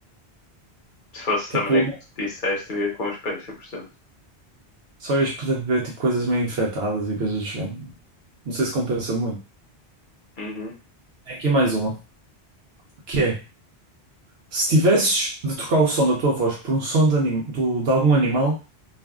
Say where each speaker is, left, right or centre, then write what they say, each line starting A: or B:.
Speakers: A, on the left; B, on the right.
A: Se fosse
B: tipo,
A: da maneira que tu disseste, eu ia com os pés, 100%.
B: só ias poder beber tipo, coisas meio infectadas e coisas do género. Não sei se compensa muito.
A: Uhum.
B: Tem aqui mais uma, que é, se tivesses de trocar o som da tua voz por um som de, anim- do- de algum animal,